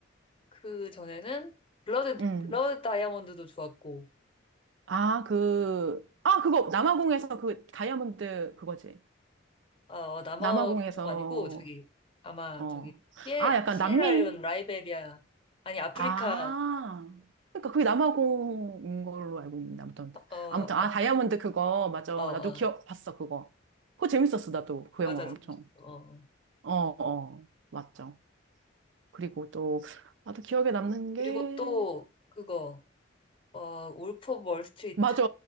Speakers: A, on the left (about 25°); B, on the right (about 70°).
A: 그 전에는 블러드,
B: 음.
A: 블러드 다이아몬드도 좋았고,
B: 아, 그, 아, 그거, 남아공에서 그 다이아몬드 그거지.
A: 아, 어, 남아공
B: 남아공에서,
A: 아니고, 저기, 아마
B: 어.
A: 저기, 시에,
B: 아, 약간
A: 시에라리온,
B: 남미?
A: 라이베리아, 아니, 아프리카,
B: 아, 그러니까 그게 남아공인 걸로 알고 있는데 아무튼
A: 어,
B: 아무튼 아
A: 아,
B: 다이아몬드 그거 맞아
A: 어, 어,
B: 나도 기억 봤어 그거 그거 재밌었어 나도 그 영화
A: 맞아,
B: 엄청
A: 재밌었어. 어. 어.
B: 어어 맞아 그리고 또 나도 기억에 남는 게음
A: 그리고 또, 그거, 어, 울프 오브 월스트리트.
B: 맞아